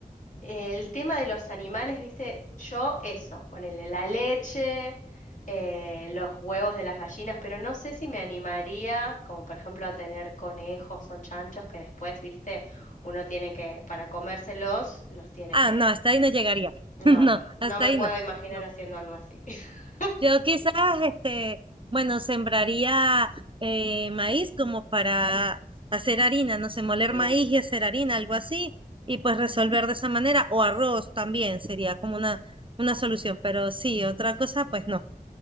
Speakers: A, on the left (about 55°); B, on the right (about 35°).
A: eh, El tema de los animales, viste, yo eso, ponerle la leche, eh, los huevos de las gallinas, pero no sé si me animaría, como por ejemplo a tener conejos o chanchos que después, viste, uno tiene que, para comérselos, los tiene
B: Ah,
A: que...
B: no, hasta ahí no llegaría.
A: No,
B: <laughs>
A: no,
B: No,
A: no
B: hasta
A: me
B: ahí
A: puedo
B: no.
A: imaginar
B: No.
A: haciendo algo así. <laughs>
B: Yo quizás, este, bueno, sembraría eh, maíz como para hacer harina, no sé, moler
A: Mm.
B: maíz y hacer harina, algo así, y pues resolver de esa manera, o arroz también sería como una, una solución, pero sí, otra cosa, pues no.